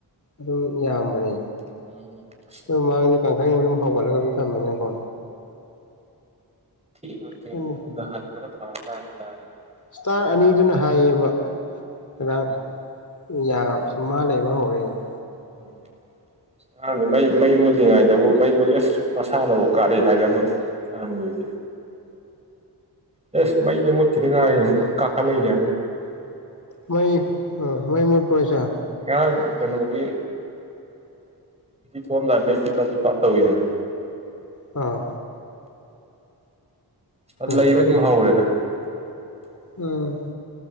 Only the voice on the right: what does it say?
ꯎꯝ
ꯊꯦꯡꯉꯖꯨ ꯊꯦꯡꯅ
ꯌꯨꯝꯗ ꯍꯟꯕꯅ ꯐꯔꯖꯥꯠꯅꯤꯗꯅ
ꯈꯟꯕꯅꯤ
ꯎꯝ
ꯎꯝ ꯅꯍꯥꯟꯗꯤ ꯃꯩ ꯃꯩ ꯃꯨꯜꯂꯤꯉꯩꯗꯕꯨ ꯃꯩ ꯃꯨꯜꯂꯤ ꯑꯁ ꯃꯁꯥꯗꯕꯨ ꯀꯥꯔꯤ ꯍꯥꯏꯗꯅ ꯍꯗꯤ ꯑꯦꯁ ꯃꯩꯗꯤ ꯃꯇꯤꯗꯉꯥꯏ ꯀꯥꯀꯥ ꯂꯩꯅꯦ
ꯌꯥ ꯀꯩꯅꯣꯒꯤ ꯊꯣꯑꯝꯗꯥꯏ ꯃꯩ ꯇꯤꯄꯥꯁꯨ ꯄ ꯇꯧꯤꯗꯅ
ꯑ
ꯂꯩꯕ ꯑꯗꯨꯝ ꯍꯧꯔꯦꯗ